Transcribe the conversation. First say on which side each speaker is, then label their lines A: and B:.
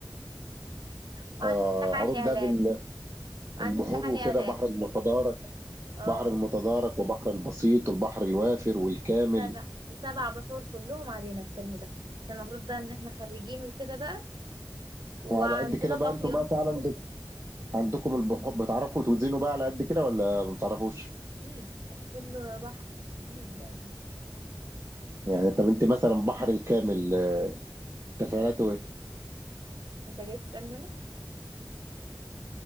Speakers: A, on the right (about 80°); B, on the right (about 35°).
A: وعندي
B: اه
A: امتحان
B: عروض
A: إعلال
B: ده بال-
A: وعندي
B: البحور
A: امتحان
B: وكده
A: إعلال
B: بحر المتضارع
A: اه
B: بحر المتدارك وبحر البسيط والبحر الوافر والكامل
A: سبع سبع بحور كلهم علينا الترم ده عشان المفروض بقى ان احنا خريجين وكده بقى وعندنا
B: وعلى قد كده بقى
A: قافية
B: انتوا بقى فعلا بت... عندكم البحر بتعرفوا توزنوا بقى على قد كده ولا ما بتعرفوش؟
A: اكيد كله بحر اكيد لازم
B: يعني طب انت مثلا بحر الكامل آه، تفعيلاته ايه؟
A: انت جاي تسألني انا